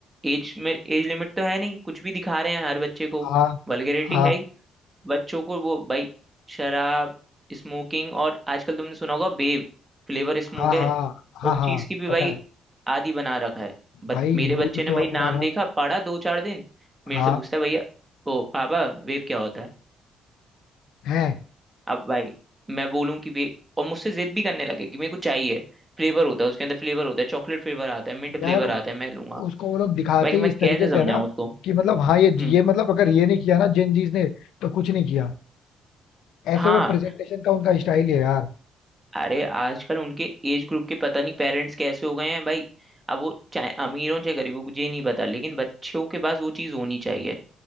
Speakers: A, on the right; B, on the left.
A: एज में एज लिमिट तो है नहीं कुछ भी दिखा रहे हैं हर बच्चे को
B: हाँ
A: वल्गैरिटी
B: हाँ
A: है ही बच्चों को वो भाई शराब स्मोकिंग और आजकल तुमने सुना होगा वेव फ्लेवर स्मोक
B: हाँ
A: है
B: हाँ हाँ
A: उस
B: हाँ
A: चीज की भी भाई
B: पता है
A: आदि बना रखा है बट
B: भाई
A: मेरे
B: यूथ
A: बच्चे ने
B: तो
A: भाई
B: अपना
A: नाम
B: ना
A: देखा पढ़ा दो चार दिन मेरे
B: हाँ
A: से पूछता है भैया ओ पापा वेव क्या होता है
B: है
A: अब भाई मैं बोलूं कि वे और मुझसे जिद भी करने लगे कि मेरे को चाहिए फ्लेवर होता है उसके अंदर फ्लेवर होता है चॉकलेट फ्लेवर आता है मिंट फ्लेवर
B: यार
A: आता है मैं लूंगा
B: उसको वो लोग दिखाते
A: भाई
B: ही
A: मैं
B: इस
A: कैसे
B: तरीके से
A: समझाऊं
B: है ना
A: उसको
B: कि मतलब
A: हम्म
B: हाँ ये ये मतलब अगर ये नहीं किया ना जेन जीज ने तो कुछ नहीं किया ऐसे
A: हाँ
B: वो प्रेजेंटेशन का उनका स्टाइल है यार
A: अरे आजकल उनके एज ग्रुप के पता नहीं पेरेंट्स कैसे हो गए हैं भाई अब वो चाहे अमीर हो चाहे गरीब हो मुझे नहीं पता लेकिन बच्चों के पास वो चीज होनी चाहिए